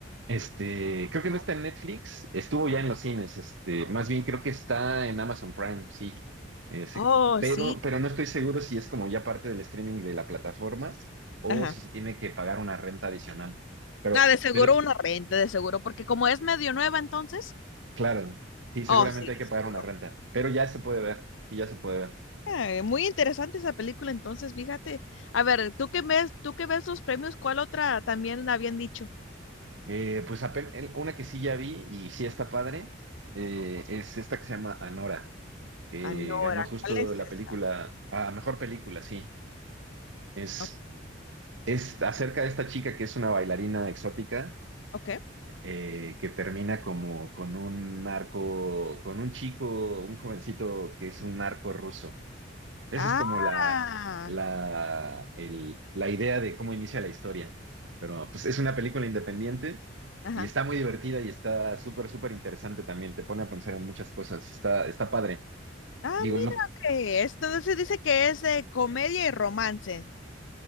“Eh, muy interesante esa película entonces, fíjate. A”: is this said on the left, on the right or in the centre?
Left